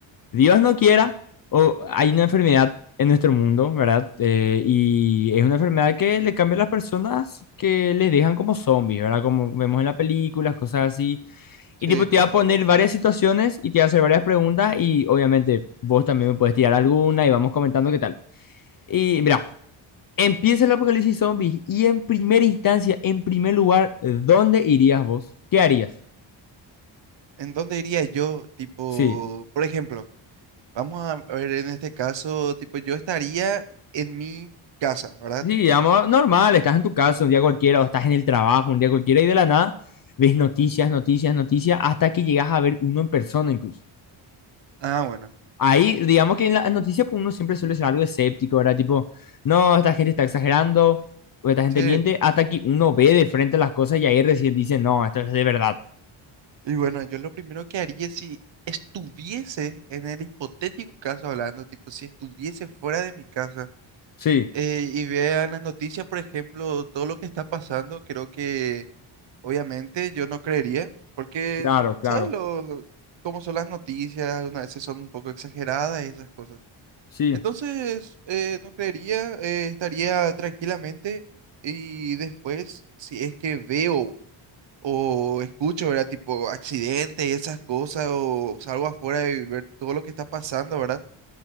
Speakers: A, on the left; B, on the right.
A: Dios no quiera, o hay una enfermedad en nuestro mundo, ¿verdad? Eh, y es una enfermedad que le cambia a las personas que les dejan como zombies, ¿verdad? Como vemos en las películas, cosas así. Y
B: sí.
A: tipo, te va a poner varias situaciones y te va a hacer varias preguntas y obviamente vos también me puedes tirar alguna y vamos comentando qué tal. Y mira, empieza el apocalipsis zombies y en primera instancia, en primer lugar, ¿dónde irías vos? ¿Qué harías?
B: ¿En dónde iría yo? Tipo,
A: Sí,
B: por ejemplo, vamos a ver en este caso, tipo, yo estaría en mi casa, ¿verdad?
A: sí, digamos, normal, estás en tu casa un día cualquiera o estás en el trabajo un día cualquiera y de la nada ves noticias, noticias, noticias hasta que llegas a ver uno en persona incluso.
B: Ah, bueno,
A: Ahí, digamos que en las noticias pues, uno siempre suele ser algo escéptico, ¿verdad? Tipo, no, esta gente está exagerando, o esta gente
B: sí.
A: miente, hasta que uno ve de frente las cosas y ahí recién dice, no, esto es de verdad.
B: Y bueno, yo lo primero que haría si estuviese en el hipotético caso hablando, tipo, si estuviese fuera de mi casa
A: Sí,
B: eh, y vean las noticias, por ejemplo, todo lo que está pasando, creo que obviamente yo no creería, porque,
A: claro, claro.
B: ¿sabes lo, cómo son las noticias? Algunas veces son un poco exageradas y esas cosas.
A: Sí,
B: Entonces, eh, no creería, eh, estaría tranquilamente y después, si es que veo o escucho, ¿verdad? Tipo accidentes y esas cosas, o salgo afuera y ver todo lo que está pasando, ¿verdad?